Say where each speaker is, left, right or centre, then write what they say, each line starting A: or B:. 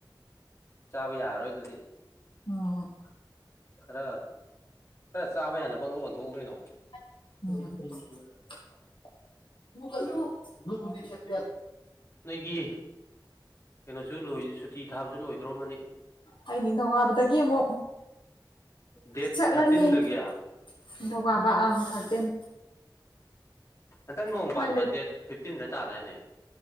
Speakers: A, on the left; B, on the left.
A: ꯆꯥꯕ ꯌꯥꯔꯔꯣꯏ ꯑꯗꯨꯗꯤ
B: ꯎꯝ
A: ꯈꯔ ꯈꯔ ꯆꯥꯕ ꯌꯥꯅꯕ ꯑꯝꯒ ꯑꯣꯟꯊꯣꯛꯎ ꯀꯩꯅꯣ
B: <unintelligible> <inaudible>
A: ꯅꯣꯏꯒꯤ ꯀꯩꯅꯣꯁꯨ ꯂꯣꯏ ꯁꯨꯇꯤ ꯊꯥꯕꯁꯨ ꯂꯣꯏꯗꯧꯔꯝꯃꯅꯤ
B: ꯑꯩ ꯅꯤꯡꯊꯧꯀꯥꯕꯗꯒꯤ ꯑꯃꯨꯛ
A: ꯗꯦꯠ
B: ꯆꯠꯂꯅꯤ
A: ꯊꯥꯔꯇꯤꯟꯗꯒꯤ
B: ꯅꯤꯡꯊꯧꯀꯥꯕ ꯑꯪ ꯊꯥꯔꯇꯤꯟ
A: ꯍꯟꯇꯛ ꯅꯣꯡ
B: ꯁ꯭ꯋꯥꯏ
A: ꯄꯥꯟꯕ ꯗꯦꯠ ꯐꯤꯞꯇꯤꯟꯗ ꯇꯥꯗꯥꯏꯅꯦ